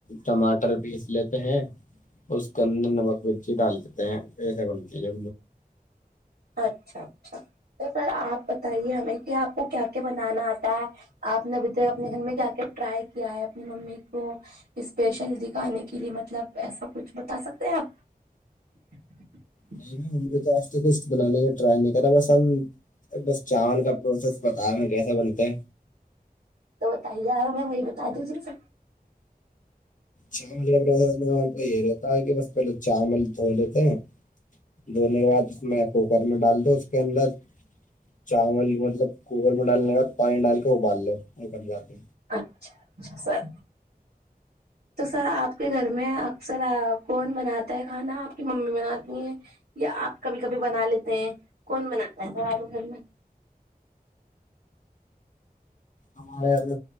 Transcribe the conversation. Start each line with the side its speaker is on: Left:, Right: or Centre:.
Left: ٹماٹر پیس لیتے ہیں اس کے اندر نمک مرچی ڈال دیتے ہیں کیسے بنتی ہے
Right: اچھا اچھا تو سر آپ بتائیے ہمیں کہ آپ کو کیا کیا بنانا آتا ہے آپ نے بتاائی اپنے گھر میں کیا کے ٹرائی کیا ہے اپنی ممی کو اسپیشل دکھانے کے لیے مطلب ایسا کچھ بتا سکتے ہیں آپ <inaudible>
Left: نہیں ہمے تو آج تو کچھ بنانا ہے ٹرائی نہیں کرا بس ہم بس چاول کا پروسیس بتا ہم کیسا بنتا ہے
Right: تو بتائیا میں وہی بتا دیجی سب
Left: چاول جب وہاں تو یہی رہتا ہے کہ بس پہلے چاول دھو لیتے ہیں دھونے کے بعد اس میں کوکر میں ڈال دو اس کے اندر چاول مطلب کوکر میں ڈالنے کا بد پانی ڈال کے ابال لو اور ب جاتے
Right: اچھا اچھا سر تو سر آپ کے گھر میں اکثر آ کون بناتا ہے کھانا آپ کی ممی بناتی ہیں یا آپ کبھی کبھی بنا لیتے ہیں کون بناتا ہے سر آپ گھر میں
Left: ہمارے اد